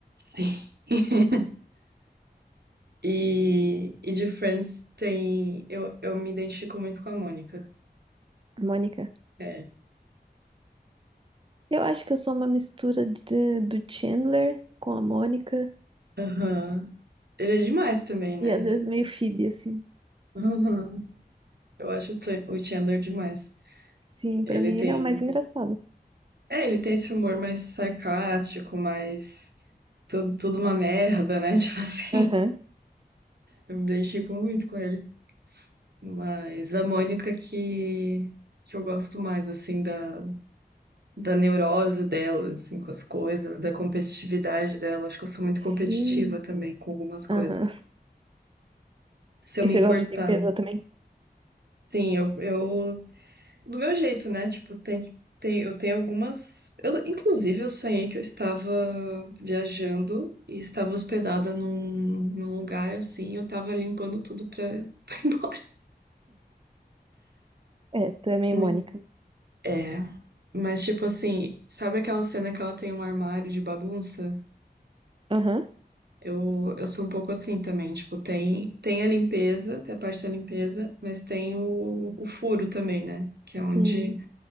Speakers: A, on the right; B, on the right.
A: <laughs> Sim. E, e de Friends tem. Eu, eu me identifico muito com a Mônica.
B: Mônica.
A: É.
B: Eu acho que eu sou uma mistura de- do Chandler com a Mônica
A: Aham. Ele é demais também, né?
B: e às vezes meio Phoebe, assim.
A: Aham. Eu acho o Chan- o Chandler demais.
B: Sim,
A: Ele
B: pra mim
A: tem.
B: ele é o mais engraçado.
A: É, ele tem esse humor mais sarcástico, mais. Tudo, tudo uma merda, né? <laughs> Tipo assim.
B: Aham.
A: Eu me identifico muito com ele. Mas a Mônica que. Que eu gosto mais, assim, da, da neurose dela, assim, com as coisas, da competitividade dela. Acho que eu sou muito
B: Sim.
A: competitiva também com algumas coisas.
B: Aham.
A: Se eu
B: E
A: me
B: você
A: importar,
B: gosta de limpeza
A: né?
B: também?
A: Sim, eu, eu do meu jeito, né? Tipo, tem que tem, eu tenho algumas. Eu, inclusive, eu sonhei que eu estava viajando e estava hospedada num, num lugar assim, e eu estava limpando tudo pra, <laughs> pra ir embora.
B: É, também,
A: Muito-
B: Mônica.
A: É. Mas, tipo assim, sabe aquela cena que ela tem um armário de bagunça?
B: Aham.
A: Eu, eu sou um pouco assim também, tipo, tem, tem a limpeza, tem a parte da limpeza, mas tem o, o furo também, né? Que
B: Sim.
A: é onde.